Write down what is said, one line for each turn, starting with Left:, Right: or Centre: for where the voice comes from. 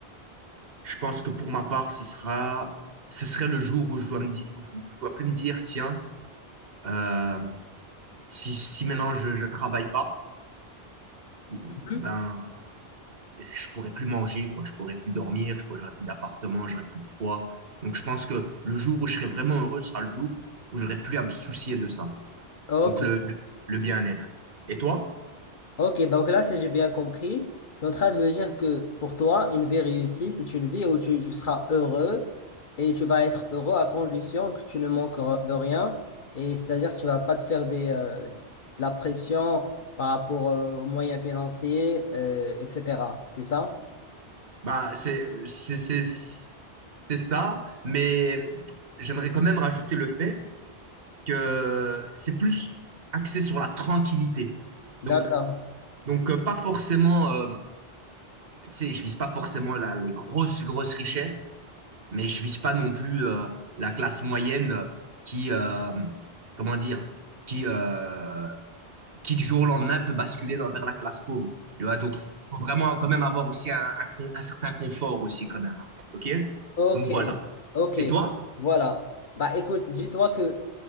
Right: je pense que pour ma part, ce sera, ce serait le jour où je dois me dire, où je où je dois plus me dire, tiens, euh, si, si maintenant je, je travaille pas, ou-
Left: mhm.
Right: ben je pourrais plus manger, quoi. Je pourrais plus dormir, je pourrais, j'aurais plus d'appartement, j'aurais plus de poids. Donc, je pense que le jour où je serai vraiment heureux sera le jour où j'aurai plus à me soucier de ça.
Left: Ok,
Right: Donc, le, le, le bien-être. Et toi?
Left: ok, donc là, si j'ai bien compris, je suis en train de me dire que pour toi, une vie réussie, c'est une vie où tu, tu seras heureux et tu vas être heureux à condition que tu ne manques re- de rien. Et c'est-à-dire, que tu vas pas te faire des, euh, de la pression par rapport euh, aux moyens financiers, euh, etc. C'est ça?
Right: Bah, c'est, c'est, c'est, c'est ça, mais j'aimerais quand même rajouter le fait que c'est plus axé sur la tranquillité.
Left: D'accord.
Right: Donc, donc euh, pas forcément, euh, tu sais, je vise pas forcément la, les grosses, grosses richesses, mais je vise pas non plus euh, la classe moyenne euh, qui, euh, comment dire, qui, euh, qui du jour au lendemain peut basculer dans, vers la classe pauvre. Tu vois, donc, faut vraiment quand même avoir aussi un, un con- un certain confort aussi quand même. hein. OK?
Left: Ok,
Right: Donc voilà.
Left: ok,
Right: Et toi?
Left: voilà. Bah écoute, dis-toi que,